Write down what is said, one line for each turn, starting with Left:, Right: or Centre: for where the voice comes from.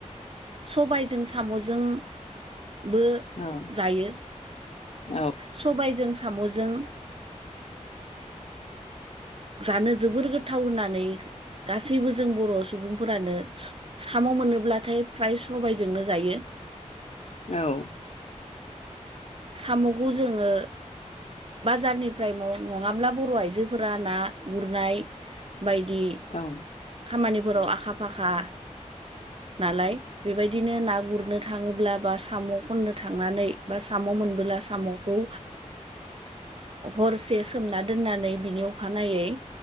Right: सबाइजों साम'जोंबो
Left: औ
Right: जायो
Left: औ
Right: सबाइजों साम'जों जानो जोबोर गोथाव होननानै गासैबो जों बर' सुबुं फोरानो साम' मोनोब्लाथाय फ्राय सबाइजोंनो जायो।
Left: औ
Right: साम'खौ जोङो बाजारनिफ्राय मं नङाब्ला बर' आइजोफोरा ना गुरनाय बायदि
Left: औ
Right: खामानिफोराव आखा फाखा नालाय बेबायदिनो ना गुरनो थाङोब्ला बा साम' खननो थांनानै बा साम' मोनबोला साम' खौ हरसे सोमना दोननानै बिनि अखानायै